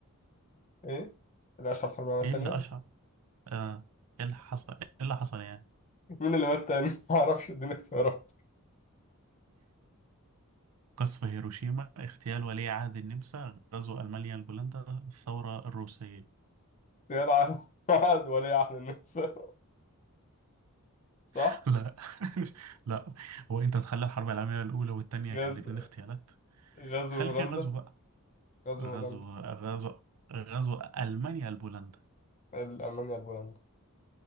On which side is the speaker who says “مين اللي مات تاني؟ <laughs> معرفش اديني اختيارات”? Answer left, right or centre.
Left